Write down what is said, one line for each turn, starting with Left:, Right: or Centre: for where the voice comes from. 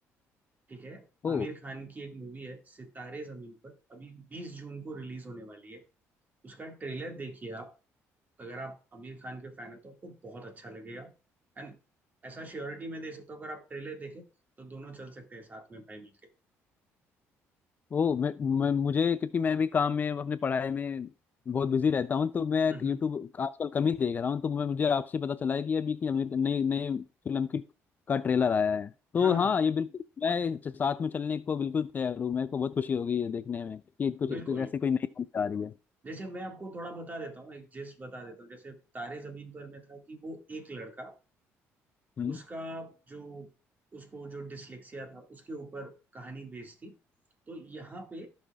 Right: ठीक है
Left: में
Right: आमिर खान की एक मूवी है सितारे जमीन पर अभी बीस जून को रिलीज होने वाली है उसका ट्रेलर देखिए आप अगर आप आमिर खान के फैन हो तो आपको बहुत अच्छा लगेगा एंड ऐसा श्योरिटी मैं दे सकता हूँ अगर आप ट्रेलर देखें तो दोनों चल सकते हैं साथ में भाई मिलके
Left: ओ मैं, मैं मुझे क्योंकि मैं भी काम में अपने पढ़ाई में बहुत बिजी रहता हूँ तो मैं
Right: हम्म हम्म।
Left: यूट्यूब आजकल कम ही देख रहा हूँ तो मैं मुझे आपसे पता चला है कि अभी की अमीर नई नई फिल्म की का ट्रेलर आया है तो
Right: हाँ
Left: हाँ ये बिल्कुल मैं इस- साथ में चलने को बिल्कुल तैयार हूँ मेरे को बहुत खुशी होगी ये देखने में कि कुछ
Right: बिल्कुल
Left: कुछ ऐसी कोई नई फिल्म आ रही है
Right: जैसे मैं आपको थोड़ा बता देता हूँ एक जिस्ट बता देता हूँ जैसे तारे जमीन पर में था कि वो एक लड़का
Left: हम्म
Right: उसका जो उसको जो डिसलेक्सिया था उसके ऊपर कहानी बेस्ड थी तो यहाँ पे